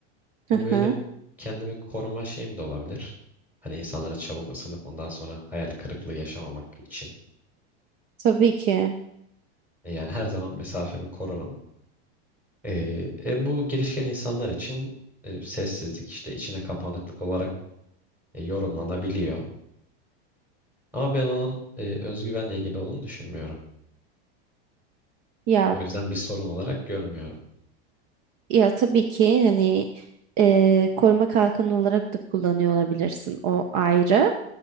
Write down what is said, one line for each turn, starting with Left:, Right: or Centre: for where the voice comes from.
Right: Hı
Centre: Bu benim
Right: hı.
Centre: kendimi koruma şeyim de olabilir. Hani insanlara çabuk ısınıp ondan sonra hayal kırıklığı yaşamamak için.
Right: Tabii ki.
Centre: E, Yani her zaman mesafemi korurum. Ee, e, bu girişken insanlar için e, sessizlik işte içine kapanıklık olarak e, yorumlanabiliyor. Ama ben onun e, özgüvenle ilgili olduğunu düşünmüyorum.
Right: Ya
Centre: O yüzden bir sorun olarak görmüyorum.
Right: Ya tabii ki hani e, koruma kalkanı olarak da kullanıyor olabilirsin o ayrı.